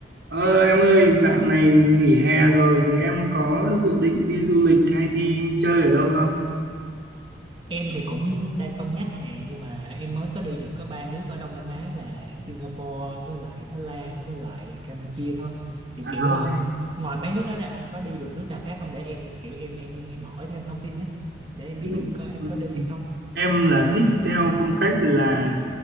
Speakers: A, on the right; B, on the right.
A: Ờ, em ơi, dạo này nghỉ hè rồi thì em có dự định đi du lịch hay đi chơi ở đâu không?
B: Em thì cũng đang cân nhắc nè nhưng mà em mới có đi được có ba nước ở Đông Nam Á là Singapore với lại Thái Lan với lại Campuchia thôi. Thì
A: À,
B: kiểu um, ngoài mấy nước đó ra anh có đi được nước nào khác không để em kiểu em em em hỏi thêm thông tin đó để em biết
A: đúng.
B: em có em
A: Ừ.
B: có đi hay không.
A: Em là thích theo phong cách là